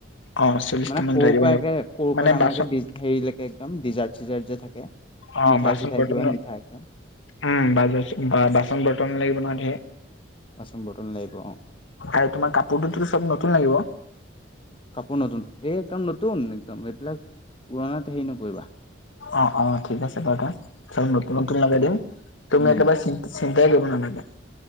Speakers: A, on the left; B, on the left.
A: অ', চল্লিশটা
B: মানে
A: মান
B: সৰুৰ
A: ধৰি দিব
B: পৰা
A: লাগিব
B: একে সৰুৰ
A: মানে
B: পৰা
A: বাচন
B: ডাঙৰ হেৰিলৈকে একদম ডিজাৰ্ট -চিজাৰ্ট যে থাকে,
A: অ',
B: মিঠাই
A: বাচন
B: -চিঠাই
A: বৰ্তন
B: কিবা মিঠাই একদম
A: উম বা বাচন- বৰ্তন লাগিব নহয় ধেৰ
B: বাচন -বৰ্তল লাগিব অ
A: আৰু তোমাৰ কাপোৰটোতো চব নতুন লাগিব।
B: কাপোৰ নতুন এই একদম নতুন একদম এইবিলাক পুৰণাত হেৰি নকৰিবা।
A: অ অ ঠিক আছে বাৰু দা নতুন নতুন লগাই দিম। তুমি
B: উম।
A: একেবাৰে চিন্তাই কৰিব নালাগে।